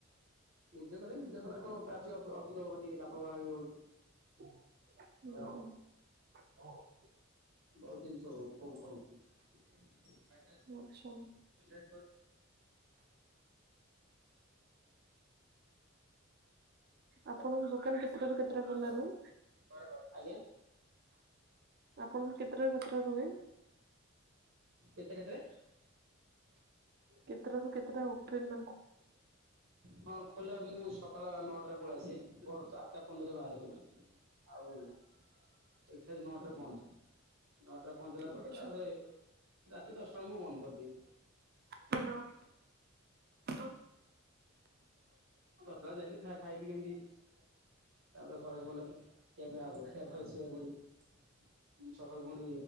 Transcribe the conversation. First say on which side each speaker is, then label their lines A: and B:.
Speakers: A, on the right; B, on the right.
A: ନିଜେ କଲେ ନିଜେ କଲେଠୁ ତାର ଟିକେ ଅଧିକ କନ୍ତି ଲାଭ ଭାରି ହଉଛି।
B: <inaudible>
A: ଆଉ ବହୁତ ଜିନିଷ ହଉ ଉପକୃତ ହଉଛି।
B: ହୁଁ ଆଚ୍ଛା।
A: <unintelligible> <inaudible> ନା ନା
B: ଆପଣଙ୍କ ଦୋକାନ କେତେଟାରୁ କେତେଟା ଖୋଲା ରୁହେ?
A: କର କର ଆଜ୍ଞା <inaudible>
B: ଆପଣଙ୍କୁ କେତେଟାରୁ କେତେଟା ରୁହେ।
A: କେତେ କ୍ଷେତରେ
B: କେତେଟାରୁ କେତେଟା ଉଠେ ନା
A: ହଁ ଖୋଲା ବୋଲି ମୁଁ ସକାଳ ନଅଟାରେ ପଳେଇ ଆସି ଘରୁ ତ ଆଠଟା ପନ୍ଦର ବାହାରେ ଆଉ ଏଠି ଆସି ନଅଟାରେ ପହେଞ୍ଚ। ନଅଟା ପହଞ୍ଚିଲା ପରେ
B: ଆଚ୍ଛା।
A: ତାପରେ ରାତି ଦଶଟା ବେଳେ ମୁଁ ବନ୍ଦ କରିଦିଏ।
B: ହ୍ୟାଲୋ। ହ।
A: ବତଲା ଯାଇକି ଖାଇବି ପିଏକି ଏମିତି ହୋଇଚି। ତାପରେ ଘରକୁ ଗଲେ ଖିଆ ପିଆ ହବ। ଶୋଇ ପଡ଼ିବୁ ସକାଳ ପୁଣି